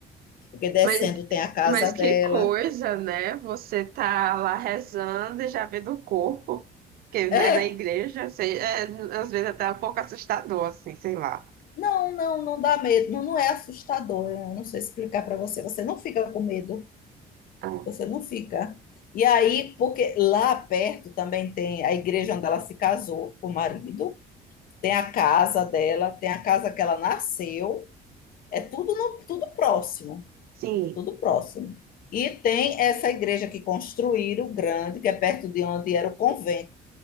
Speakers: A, on the left; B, on the right.
A: porque descendo
B: Mas,
A: tem a casa
B: mas
A: dela.
B: que coisa, né? Você tá lá rezando e já vê do corpo, que
A: É,
B: né, na igreja, sei, é, às vezes até é um pouco assustador, assim, sei lá.
A: não, não, não dá medo, não, não é assustador. Eu não sei explicar para você, você não fica com medo,
B: Ah,
A: você não fica. E aí, porque lá perto também tem a igreja onde ela se casou com o marido, tem a casa dela, tem a casa que ela nasceu. É tudo, no- tudo próximo,
B: Sim,
A: tudo próximo. E tem essa igreja que construíram, grande, que é perto de onde era o convento,